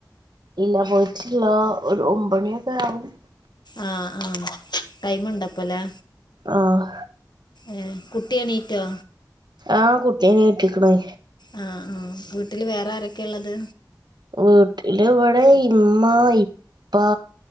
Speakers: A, on the right (about 75°); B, on the left (about 80°).
A: ഇല്ല പോയിട്ടില്ല ഒരു ഒമ്പേണി ഒക്കെ ആവും.
B: ആ ആ ടൈമുണ്ട് അപ്പൊ ലെ
A: ആഹ്.
B: ഏഹ് കുട്ടി എണീറ്റോ
A: ആഹ് കുട്ടി എണീറ്റ് ക്കണേ
B: ആ ആ വീട്ടില് വേറെ ആരൊക്കെയ ഉള്ളത്
A: വീട്ടില ഇവിടെ ഇമ്മ ഇപ്പാ